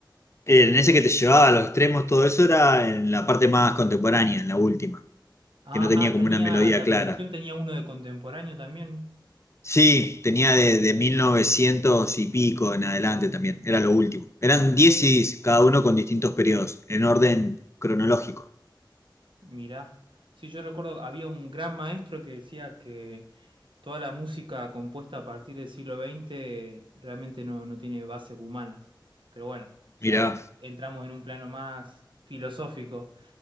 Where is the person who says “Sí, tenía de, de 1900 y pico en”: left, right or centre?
Left